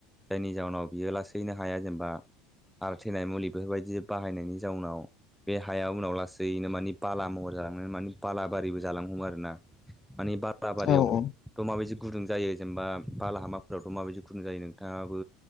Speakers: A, in the centre; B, on the left.
A: जायनि जाहोनाव बियो लासैनो हाया जेनबा हा थैनाय मुलि बेफोरबायदि बाहायनायनि जाउनाव बे हाया उनाव लासैनो माने बाला महर जालांनो माने बालाबारिबो जालांनो हमो आरोना। माने बार बारियावथ'
B: औ औ औ
A: थ माबिजिब गुदुं जायो जेनबा बालाहामाफोरावथ' माबायदि गुदुं जायो नोंथाङाबो